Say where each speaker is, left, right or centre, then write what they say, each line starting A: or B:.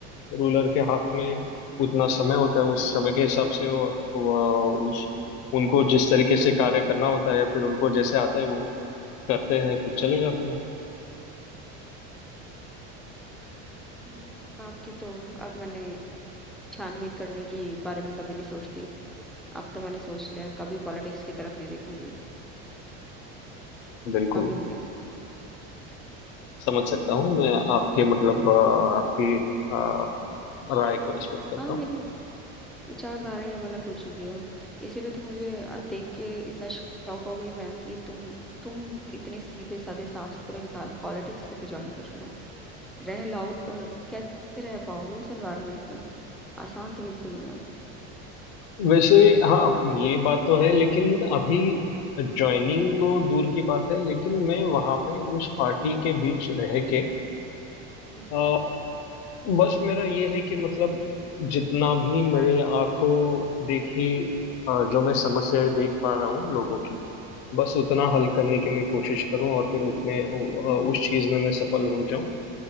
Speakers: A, on the left; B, in the centre.
A: रूलर के हाथ में उतना समय होता है
B: हम्म
A: उस समय के हिसाब से वो, वो उस उनको जिस तरीके से कार्य करना होता है या फिर उनको जैसे आता है वो करते हैं फिर चले जाते हैं
B: हम्म, बाप की तो अब मैंने छानबीन करने की बारे में कभी नहीं सोचती अब तो मैंने सोच लिया कभी पॉलिटिक्स की तरफ नहीं देखूंगी
A: बिल्कुल
B: कभी भी नहीं
A: समझ सकता हूँ मैं आपके मतलब अ, आपकी अ, राय को रिस्पेक्ट करता
B: हाँ
A: हूँ
B: मेरी विचारधारा ही अब अलग हो चुकी है इसीलिए तो मुझे अ, देख के इतना शौक हो गई मैं कि तुम तुम इतने सीधे साधे साफ सुथरे इंसान पॉलिटिक्स कैसे ज्वाइन कर रहे हो रह लाओ और कैसे रह पाओगे उस एनवायरनमेंट में आसान तो बिल्कुल नहीं है
A: वैसे हाँ ये बात तो है लेकिन अभी ज्वाइनिंग तो दूर की बात है लेकिन मैं वहाँ पे उस पार्टी के बीच रह के
B: हम्म।
A: अ, बस मेरा ये है कि मतलब जितना भी मेरे आंखों देखी अ, जो मैं समस्याएं देख पा रहा हूँ लोगों की बस उतना हल करने की मैं कोशिश करूँ और फिर उतने उ- अ, उस चीज़ में मैं सफल हो जाऊँ